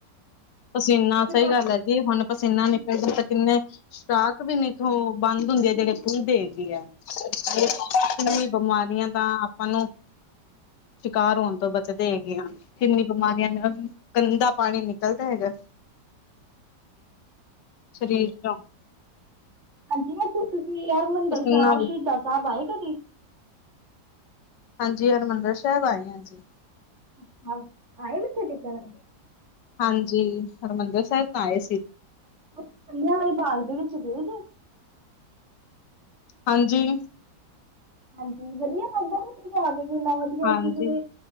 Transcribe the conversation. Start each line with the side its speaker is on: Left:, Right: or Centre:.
Left: ਪਸੀਨਾ
Right: ਕਿ
Left: ਸਈ ਗੱਲ ਐ ਜੀ ਹੁਨ ਪਸੀਨਾ ਨਿਕਲਦਾ ਤੇ ਕਿੰਨੇ ਸ਼ਟਾਕ ਵੀ ਨੀ <unintelligible> ਬੰਦ ਹੁੰਦੀ ਆ ਜੇੜੇ <unintelligible> <unintelligible> ਬਿਮਾਰੀਆਂ ਤਾਂ ਆਪਾਂ ਨੂੰ ਸ਼ਿਕਾਰ ਹੋਨ ਤੋਂ ਬਚਦੇ ਹੈਗੇ‌ ਆਂ, ਕਿੰਨੀ ਬਿਮਾਰੀਆਂ ਨੇ ਗੰਦਾ ਪਾਣੀ ਨਿਕ ਦਾ ਹੈਗਾ ਸਰੀਰ ਚੋਂ।
Right: ਹਾਂਜੀ ਅਸੀਂ ਤੁਸੀਂ ਹਰਮੰਦਰ
Left: ਪਸੀਨਾ
Right: ਸਾਬ,
Left: ਵੀ
Right: ਸ਼ਹੀਦਾਂ ਸਾਬ ਆਏ ਕਦੀ?
Left: ਹਾਂਜੀ ਹਰਮੰਦਰ ਸਾਹੇਬ ਆਏ ਆਂ ਜੀ।
Right: <unintelligible> ਆਏ ਮੱਥਾ ਟੇਕਨ?
Left: ਹਾਂਜੀ ਹਰਮੰਦਰ ਸਾਹੇਬ ਤਾਂ ਆਏ ਸੀ।
Right: ਓ ਜਲਿਆਂ ਵਾਲੇ ਬਾਗ ਦੇ ਵਿੱਚ ਗਏ ਜੇ?
Left: ਹਾਂਜੀ।
Right: ਹਾਂਜੀ ਵਧੀਆ ਲੱਗਦਾ ਨਾ ਓਥੇ ਜਾਕੇ ਕਿਨਾ ਵਧੀਆ
Left: ਹਾਂਜੀ
Right: ਉੱਥੇ ਜਿਵੇਂ